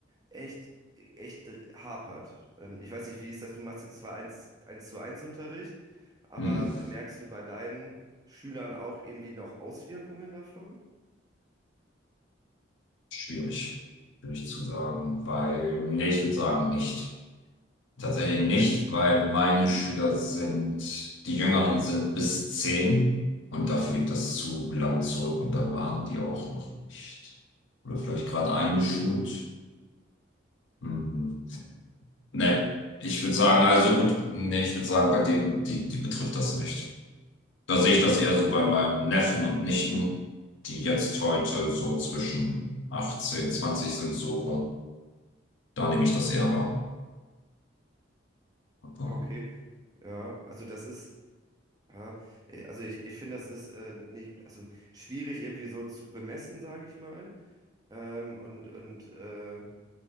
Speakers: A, on the right; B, on the left.
A: echt, echt hapert. Ähm, ich weiß nicht, wie ist das? Du machst jetzt zwar eins eins zu eins Unterricht, aber
B: hm, hm,
A: merkst du bei deinen Schülern auch irgendwie noch Auswirkungen davon?
B: schwierig? Schwierig zu sagen, weil, nee, ich würde sagen, nicht. Tatsächlich nicht, weil meine Schüler sind, die Jüngeren sind bis 10 und dafür
A: Hm?
B: liegt das zu lang zurück und da waren die auch noch nicht. Oder vielleicht gerade eingeschult. Hm. Nee, ich würde sagen, also gut, nee, ich würde sagen, bei denen, die, die betrifft das nicht. Da sehe ich das eher so bei
A: Hm,
B: meinem
A: hm.
B: Neffen und Nichten, die jetzt heute so zwischen 18, 20 sind, so rum. Da nehme ich das eher wahr. Aber,
A: Ah, Okay, ja, also das ist, ja, eh, also ich, ich finde, das ist äh, nicht, also schwierig irgendwie so zu bemessen, sage ich mal. Ähm, und und äh,